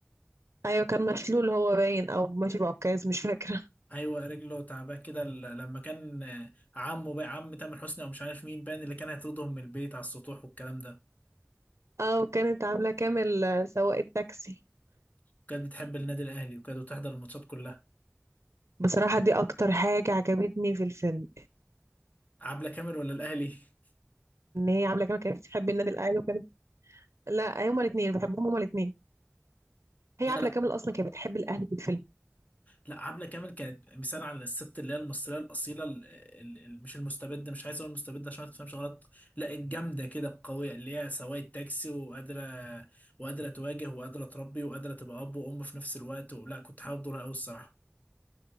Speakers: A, on the right; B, on the left.
A: أيوة كان مشلول هو باين أو ماشي بعكاز مش فاكرة
B: ايوه رجله تعباه كده ل- لما كان آه، عمه بقى عم تامر حسني او مش عارف مين بان اللي كان هيطردهم من البيت على السطوح والكلام ده
A: اه وكانت عاملة كامل آه، سواق التاكسي
B: كانت بتحب النادي الاهلي وكانت بتحضر الماتشات كلها
A: بصراحة دي أكتر حاجة عجبتني في الفيلم
B: عبله كامل ولا الاهلي <laughs>
A: إن هي عاملة كامل كانت بتحب النادي الأهلي وكانت لا هما الاتنين بحبهم هما الاتنين هي
B: لا
A: عاملة
B: لا
A: كامل أصلا كانت بتحب الأهلي في الفيلم
B: لا عبلة كامل كانت مثال على الست اللي هي المصرية الأصيلة ال- ال- ال- مش المستبدة مش عايز أقول المستبدة عشان ما تفهمش غلط لا الجامدة كده القوية اللي هي سواقة تاكسي وقادرة وقادرة تواجه وقادرة تربي وقادرة تبقى أب وأم في نفس الوقت ولا كنت حابب دورها أوي الصراحة